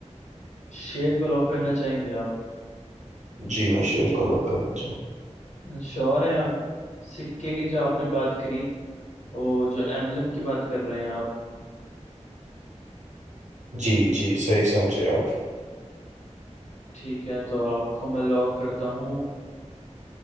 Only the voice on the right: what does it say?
जी मैं शेर को लॉक करना चाहूंगा
जी जी सही समझे आप